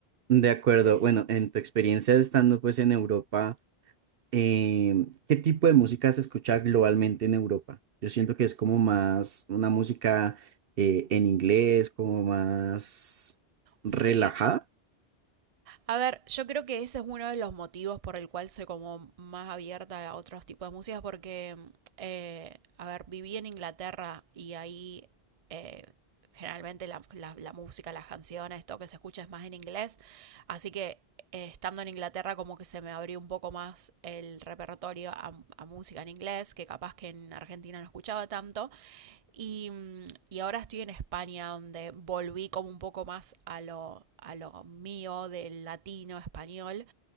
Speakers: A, on the right; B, on the right.
A: De acuerdo,
B: Sí.
A: bueno, en tu experiencia estando pues en Europa. eh, ¿qué tipo de música se escucha globalmente en Europa? Yo siento que es como más una música eh, en inglés, como más relajada.
B: Sí, A ver, yo creo que ese es uno de los motivos por el cual soy como más abierta a otros tipos de músicas, porque, eh, a ver, viví en Inglaterra y ahí eh, generalmente la, la- la música, las canciones, todo que se escucha es más en inglés. Así que eh, estando en Inglaterra como que se me abrió un poco más el repertorio a, a música en inglés, que capaz que en Argentina no escuchaba tanto. Y, y ahora estoy en España, donde volví como un poco más a lo, a lo mío del latino, español.